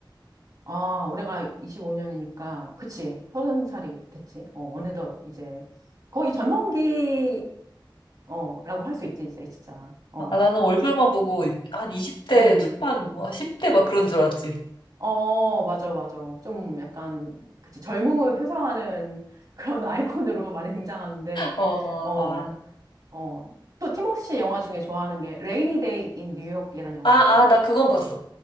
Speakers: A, on the right (about 50°); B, on the left (about 85°).
A: 아, 올해가 25년이니까, 그치. 서른 살이 됐지. 어, 어느덧 이제, 거의 전성기, 어, 라고 할 수 있지, 이제, 진짜. 어,
B: 아, 아, 나는 얼굴만 보고 한 20대
A: 음.
B: 초반, 뭐 10대 막 그런 줄 알았지.
A: 어, 맞아, 맞아. 좀 약간, 그치. 젊음을 표상하는 그런 <laughs> 아이콘으로 많이 등장하는데,
B: 어,
A: 어,
B: 아,
A: 어. 또, 팀워시 영화 중에 좋아하는 게, 레이니 데이 인 뉴욕이라는 영화가
B: 아, 아,
A: 있거든?
B: 나 그건 봤어.